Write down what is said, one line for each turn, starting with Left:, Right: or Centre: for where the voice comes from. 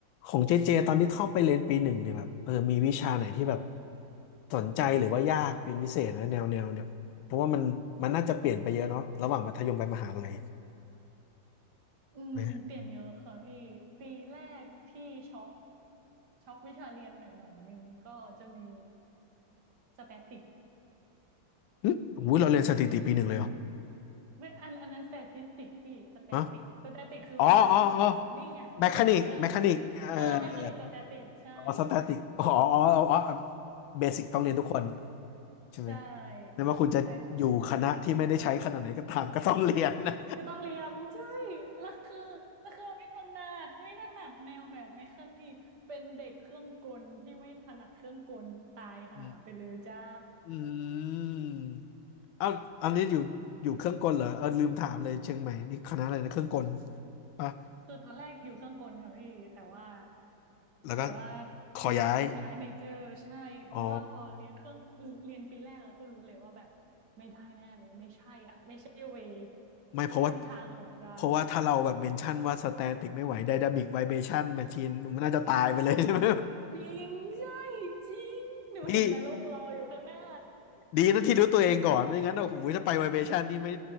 Left: ของเจเจตอนที่เข้าไปเรียนปีหนึ่งเนี่ยแบบเออมีวิชาไหนที่แบบสนใจหรือว่ายากเป็นพิเศษนะแนวแนวเนี่ยเพราะว่ามันมันน่าจะเปลี่ยนไปเยอะเนาะระหว่างมัธยมไปมหาลัย
Right: อืมเปลี่ยนเยอะค่ะพี่ปีแรกที่ช็อก
Left: ไหม
Right: ช็อกวิชาเรียนหน่อยหน่อยนึงก็จะมีสแตติก
Left: หึอุ้ยเราเรียนสถิติปีหนึ่งเลยเหรอ
Right: ไม่อันอันนั้นสแตติสติกพี่สแตติกสแตติกคือวิชาของนิ่งอ่ะพี่เออ
Left: ฮะอ๋ออ๋ออ๋อแมคานิกแมคานิกเอ่อ
Right: เออเมคานิกสแตติกใช่
Left: อ๋อสแตติกอ๋ออ๋ออ๋อเบสิกต้องเรียนทุกคนใช่ไหม
Right: ใช่ใช่ใช่ใช่
Left: ไม่ว่าคุณจะอยู่คณะที่ไม่ได้ใช้ขนาดไหนก็ตามก็ต้องเรียนนะ
Right: ก็ต้องเรียนใช่แล้วคือแล้วคือไม่ถนัดไม่ถนัดแนวแบบเมคานิกเป็นเด็กเครื่องกลที่ไม่ถนัดเครื่องกลตายห่าไปเลยจ้า
Left: <laughs> อืม อืมเอาอันนี้อยู่อยู่เครื่องกลเหรอเออลืมถามเลยเชียงใหม่นี่คณะอะไรนะเครื่องกลปะ
Right: คือตอนแรกอยู่เครื่องกลค่ะพี่แต่ว่า
Left: แล้วก็
Right: แต่ว่า
Left: ขอย้าย
Right: ย้ายย้ายเมเจอร์ใช่เพราะว่าพอเรียนเครื่องเรียนปีแรกเราก็รู้เลยว่าแบบไม่ได้แน่เลยไม่ใช่อ่ะไม่ใช่เว
Left: อ๋อไม่เพราะว่า
Right: ไม่ใช่ทางของเรา
Left: เพราะว่าถ้าเราแบบเมนชั่นว่าสแตติกไม่ไหวไดนามิกไวเบชั่นแมชชีนมันน่าจะตายไปเลย <laughs> ใช่ไหม
Right: จริงใช่จริงหนูเห็นนรกรออยู่ข้างหน้า
Left: <laughs> ดีดีนะที่รู้ตัวเองก่อนไม่งั้นโอ้โหถ้าไปไวเบชั่นนี่ไม่